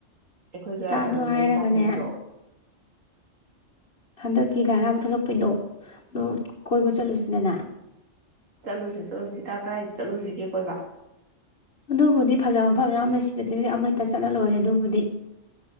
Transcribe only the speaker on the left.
ꯏꯇꯥꯗꯣ
ꯍꯥꯏꯔꯒꯅꯦ
ꯍꯟꯗꯛꯀꯤ ꯂꯥꯏꯔꯥꯎ ꯊꯂꯛꯄꯩꯗꯣ ꯑꯗꯣ ꯀꯣꯏꯕ ꯆꯠꯂꯨꯁꯤꯗꯅ
ꯑꯗꯨꯕꯨꯗꯤ ꯐꯖꯕ ꯃꯐꯝ ꯃꯌꯥꯝ ꯂꯩ ꯁꯤꯗꯗꯤꯗꯤ ꯑꯃ ꯍꯛꯇ ꯆꯠꯂ ꯂꯣꯏꯔꯦ ꯑꯗꯨꯕꯨꯗꯤ